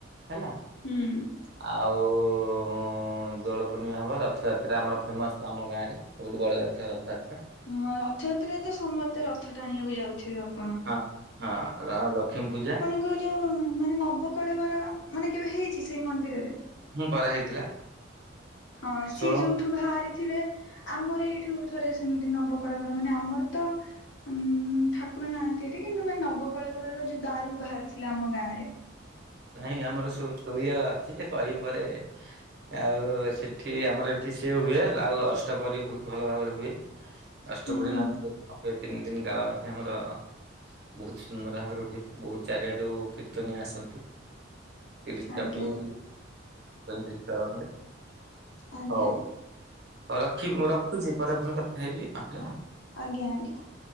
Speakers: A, on the right (about 55°); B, on the left (about 65°).
A: ହେଲା।
B: ହୁଁ।
A: ଆଉ ହୁଁ ଦୋଳପୂର୍ଣ୍ଣିମା ହେବ ରଥଯାତ୍ରା ଆମର ଫେମସ୍ ଆମ ଗାଁରେ ସବୁଠୁ ବଡ଼ ଯାତ୍ରା ରଥଯାତ୍ରା।
B: ହଁ ରଥଯାତ୍ରାରେ ତ ସମସ୍ତେ ରଥ ଟାଣିବାକୁ ଯାଉଥିବେ ଆପ
A: ହଁ ହଁ ର ଲକ୍ଷ୍ମୀ ପୂଜା।
B: ତାଙ୍କର ଯୋଉ ମାନେ ନବକଳେବର ମାନେ କେବେ ହେଇଚି ସେଇ ମନ୍ଦିରରେ?
A: ହୁଁ କରାହେଇଥିଲା।
B: ହଁ ସିଏ
A: ଷୋଳ
B: ଯୋଉଠୁ ବାହାରିଥିବେ ଆମର ଏଇଠୁ ଥରେ ସେମତି ନବକଳେବର ମାନେ ଆମର ତ ଉଁ ଠାକୁର ନାହାନ୍ତି ଏଠି କିନ୍ତୁ ମାନେ ନବକଳେବରର ଯୋଉ ଦାରୁ ବାହାରିଥିଲା ଆମ ଗାଁ ରେ।
A: ନାଇଁ ଆମର ସବୁ ଷ୍ଟୋରିଆ ଅଛି ଯେ କହିବି ପରେ। ଆଉ ସେଠି ଆମର ଏଠି ସିଏ ହୁଏ ଆଉ ଅଷ୍ଟପହରି ବୋହୁତ ଭଲ ଭାବରେ ହୁଏ। ଅଷ୍ଟପ୍ରହରି
B: ହୁଁ।
A: ନାମ <unintelligible> ତିନ ଦିନ କାଳ ଏଠି ଆମର ବୋହୁତ ସୁନ୍ଦର ଭାବରେ ହୁଏ। ବୋହୁତ ଚାରିଆଡୁ କୀର୍ତ୍ତନୀଆ ଆସନ୍ତି। ତିରିଶଟା
B: ଆଜ୍ଞା
A: ବି ପଇଁତିରିଶଟା ଖଣ୍ଡେ
B: ଆଜ୍ଞା
A: ହଉ। ହୋଉ ରଖିବି ମୁଁ ରଖୁଚି ପରେ ପୁଣି କଥା ହେବି ହେଲା।
B: ଆଜ୍ଞା ଆଜ୍ଞା।